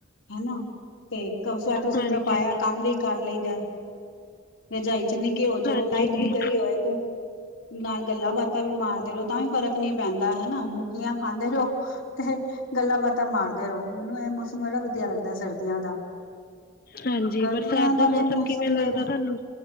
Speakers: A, on the left; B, on the left.
A: ਹੈਨਾ। ਤੇ ਸਵੈਟਰ ਸੂਟਰ
B: ਹਾਂਜੀ
A: ਪਾਇਆ ਕੰਮ ਵੀ ਕਰ ਲਈਦਾ। ਰਜਾਈ ਚ ਨੀੱਗੇ ਹੋ
B: ਹਾਂਜੀ,
A: ਜੋ ਲਾਈਟ ਵੀ ਗਈ ਹੋਏ, ਤੇ ਨਾਲ ਗੱਲਾਂ ਬਾਤਾਂ ਵੀ ਮਾਰਦੇ ਰਹੋ, ਤਾਂ ਵੀ ਫ਼ਰਕ ਨਹੀਂ ਪੈਂਦਾ ਹਨਾ ਮੂੰਗੀਆਂ ਖਾਂਦੇ ਰਹੋ। ਤੇ ਗੱਲਾਂ ਬਾਤਾਂ ਮਾਰਦੇ ਰਹੋ, ਮੈਨੂੰ ਇਹ ਮੌਸਮ ਬਹੜਾ ਵਧੀਆ ਲੱਗਦਾ ਸਰਦੀਆਂ ਦਾ।
B: ਹਾਂਜੀ
A: ਗਰਮੀਆਂ
B: ਬਰਸਾਤ
A: ਦਾ, ਤੇ ਮੌਸਮ
B: ਕਿਵੇਂ ਲੱਗਦਾ
A: ਦੇ
B: ਤੁਹਾਨੂੰ?